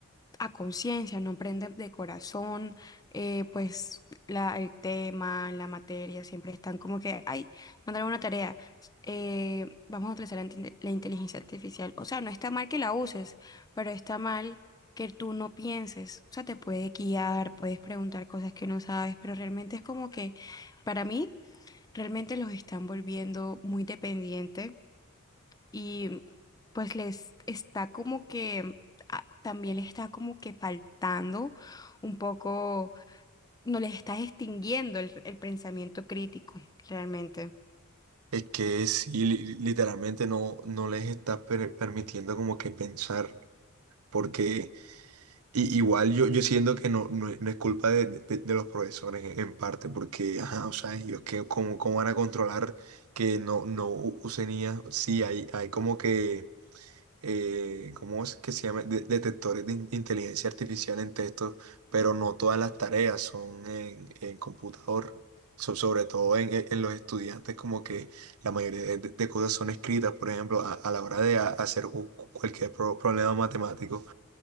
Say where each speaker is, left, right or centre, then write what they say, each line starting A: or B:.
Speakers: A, on the left; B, on the right.
A: a conciencia, no aprenden de corazón, eh, pues la, el tema, la materia, siempre están como que, ay, mandaron una tarea, eh, vamos a utilizar la, inte- la inteligencia artificial. O sea, no está mal que la uses, pero está mal que tú no pienses. O sea, te puede guiar, puedes preguntar cosas que no sabes, pero realmente es como que, para mí, realmente los están volviendo muy dependientes y pues les está como que ah, también les está como que faltando un poco, no les está extinguiendo el, el pensamiento crítico realmente.
B: Es que sí, li- literalmente no, no les está per- permitiendo como que pensar, porque i- igual yo, yo siento que no, no, es no es culpa de, de- de los profesores en parte, porque, ajá, o sea, ellos que cómo, cómo van a controlar que no, no u- usen IA, sí, hay, hay como que eh, ¿cómo es que se llama? De- detectores de in- inteligencia artificial en texto, pero no todas las tareas son en, en computador. So- sobre todo en, en- en los estudiantes, como que la mayoría de, de cosas son escritas, por ejemplo, a, a la hora de a- hacer cu- cualquier pro- problema matemático